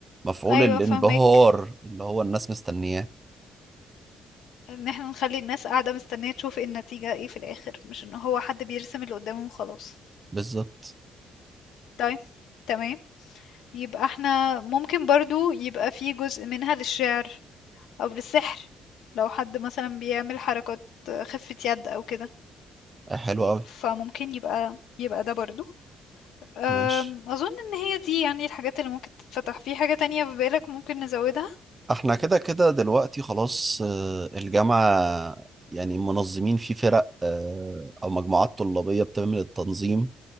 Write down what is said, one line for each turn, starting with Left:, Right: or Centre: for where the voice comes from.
Right: مفعول
Left: ايوه
Right: الانبهار
Left: فهماك
Right: اللي هو الناس مستنياه
Left: ان احنا نخلي الناس قاعده مستنيه تشوف ايه النتيجه ايه في الاخر مش ان هو حد بيرسم اللي قدامه وخلاص
Right: بالظبط
Left: طيب تمام يبقى احنا ممكن برضو يبقى في جزء منها للشعر او للسحر لو حد مثلا بيعمل حركات خفة يد او كده
Right: آه، حلو أوي
Left: فممكن يبقى يبقى ده برضو أم،
Right: ماشي
Left: أظن إن هي دي يعني الحاجات اللي ممكن تتفتح في حاجة تانية في بالك ممكن نزودها
Right: احنا كده كده دلوقتي خلاص آه، الجامعة يعني منظمين في فرق آه، أو مجموعات طلابية بتعمل التنظيم